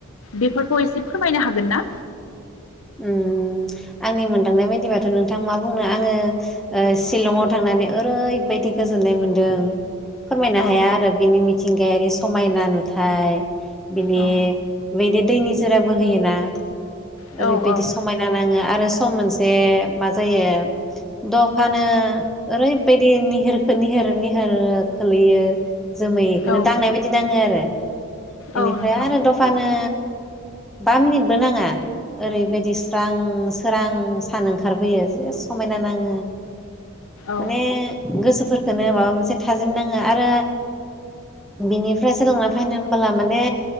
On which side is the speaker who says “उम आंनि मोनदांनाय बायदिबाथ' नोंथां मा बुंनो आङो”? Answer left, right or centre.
Centre